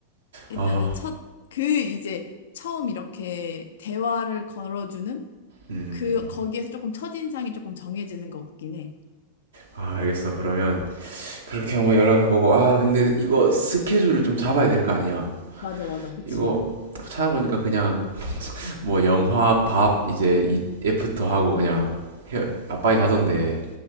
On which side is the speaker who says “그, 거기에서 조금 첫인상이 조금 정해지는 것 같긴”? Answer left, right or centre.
Left